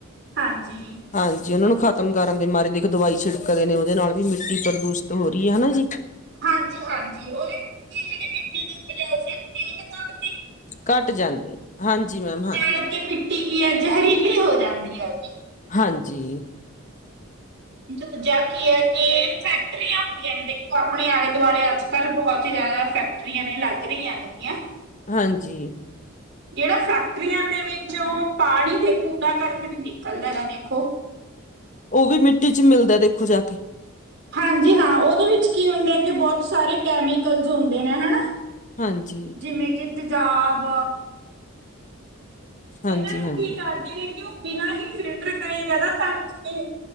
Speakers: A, on the right; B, on the left.
A: ਹਾਂਜੀ।
B: ਹਾਂਜੀ, ਉਹਨਾ ਨੂੰ ਖ਼ਤਮ ਕਰਨ ਦੇ ਮਾਰੀ ਦੇਖੋ ਦਵਾਈ ਛਿੜਕਦੇ ਨੇ ਉਹਦੇ ਨਾਲ ਵੀ ਮਿੱਟੀ ਪ੍ਰਦੂਸ਼ਿਤ ਹੋ ਰਹੀ ਹੈ ਹਨਾ ਜੀ।
A: ਹਾਂਜੀ-ਹਾਂਜੀ ਉਹਦੇ ਕੀ ਜਿਹੜੀ ਮਿੱਟੀ ਦੀ ਉਪਜਾਊ ਸ਼ਕਤੀ ਉਹ ਤਾਂ ਤੁਹਾਡ
B: ਘੱਟ ਜਾਂਦੀ, ਹਾਂਜੀ ਮੈਮ। ਹਾਂ
A: ਨਾਲ ਮਿੱਟੀ ਕੀ ਹੈ? ਜ਼ਹਿਰੀਲੀ ਹੋ ਜਾਂਦੀ ਹੈ ਵੀ
B: ਹਾਂਜੀ।
A: ਦੂਜਾ ਕੀ ਐ, ਕੀ ਫੈਕਟਰੀਆਂ ਹੁੰਦੀਆਂ ਨੇ ਦੇਖੋ ਆਪਣੇ ਆਲੇ ਦੁਆਲੇ ਅੱਜਕਲ੍ਹ ਬਹੁਤ ਹੀ ਜਿਆਦਾ ਫੈਕਟਰੀਆਂ ਨੇ ਲੱਗ ਰਹੀਆਂ ਨੇਗੀਆਂ
B: ਹਾਂਜੀ।
A: <unintelligible> ਜੇੜਾ ਫੈਕਟਰੀਆਂ ਦੇ ਵਿੱਚੋ ਪਾਣੀ ਤੇ ਕੂੜਾ ਕਰਕੇ ਨਿਕਲਦਾਗਾ ਦੇਖੋ
B: ਉਹ ਵੀ ਮਿੱਟੀ ਚ ਮਿੱਲਦਾ ਦੇਖੋ ਜਾ ਕੇ
A: ਹਾਂਜੀ ਹਾਂ, ਓਦੇ ਵਿੱਚ ਕੀ ਹੁੰਦਾ ਕਿ ਬਹੁਤ ਸਾਰੇ ਕੈਮੀਕਲਸ ਹੁੰਦੇ ਨੇ ਹਨਾ
B: ਹਾਂਜੀ
A: ਜਿਵੇਂ ਕਿ ਤੇਜ਼ਾਬ
B: ਹਾਂਜੀ
A: ਏਨਾਂ ਨੂੰ
B: ਹਾਂਜੀ
A: ਕੀ ਕਰਦੇ ਨੇ, ਕਿ ਉਹ ਬਿਨਾਂ ਹੀ ਫਿਲਟਰ ਕਰੇ ਜਾਂਦਾ ਤਰ ਕੇ